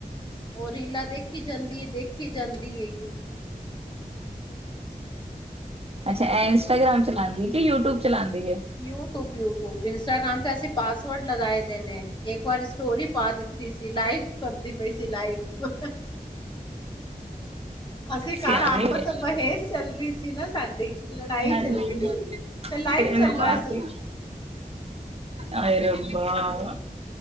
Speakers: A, on the left; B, on the right.
A: ਉਹ ਰੀਲਾ ਦੇਖੀ ਜਾਂਦੀ ਹੈ ਦੇਖੀ ਜਾਂਦੀ ਹੈਗੀ।
B: ਅੱਛਾ ਇਹ ਇੰਸਟਾਗ੍ਰਾਮ ਚਲਾਉਂਦੀ ਹੈ ਕਿ ਯੂਟਿਊਬ ਚਲਾਉਂਦੀ ਹੈ?
A: ਯੂਟਿਊਬ- ਯੂਟਿਊਬ ਇੰਸਟਾਗ੍ਰਾਮ ਤੇ ਅਸੀਂ ਪਾਸਵਰਡ ਲਗਾਏ ਦੇ ਨੇ, ਇੱਕ ਵਾਰੀ ਸਟੋਰੀ ਪਾ ਦਿੱਤੀ ਸੀ ਲਾਈਵ ਕਰ ਦਿੱ ਤੀ ਸੀ ਲਾਈਵ। ਅਸੀਂ
B: ਸਿਆਣੀ
A: ਘਰ ਆਪਸ
B: ਹੈ
A: ਬਹਿਜ ਚੱਲ ਰਹੀ ਸੀ ਨਾ ਸਾਡੀ। ਲੜਾਈ
B: ਹਾਂਜੀ
A: ਚੱਲ ਰਹੀ ਸੀ, ਤੇ ਲਾਈਵ
B: ਇਹਨੇ
A: ਚੱਲ
B: ਪਾਤੀ
A: ਰਿਹਾ ਸੀ।
B: ਹਾਏ ਰੱਬਾ